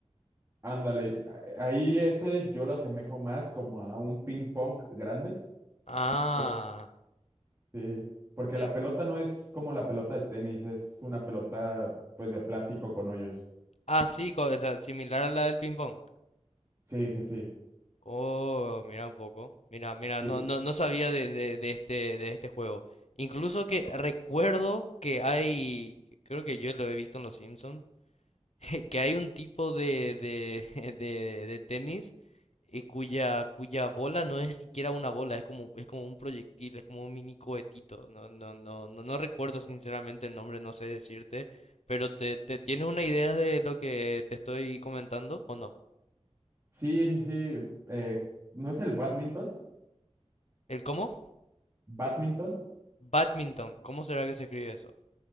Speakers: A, on the right; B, on the left.
A: Ándale, a- ahí ese yo lo asemejo más como a un ping pong grande,
B: Ah,
A: Por- Sí. porque
B: sí,
A: la pelota no es como la pelota de tenis, es una pelota pues de plástico con hoyos.
B: Ah, sí, co- o sea, similar a la del ping pong.
A: Sí, sí, sí.
B: Oh, mira un poco. Mira, mira,
A: Y
B: no, no, no sabía de, de, de este, de este juego. Incluso que recuerdo que hay, que creo que yo lo he visto en los Simpsons <laughs> que hay un tipo de, de, <laughs> de, de tenis eh, cuya, cuya bola no es siquiera una bola, es como, es como un proyectil, es como un mini cohetito. No, no, no, no, no recuerdo sinceramente el nombre, no sé decirte, pero te, te tienes una idea de lo que te estoy comentando o no.
A: sí, sí, sí. eh, ¿no es el badminton?
B: ¿El cómo?
A: Badminton.
B: Badminton, ¿cómo será que se escribe eso?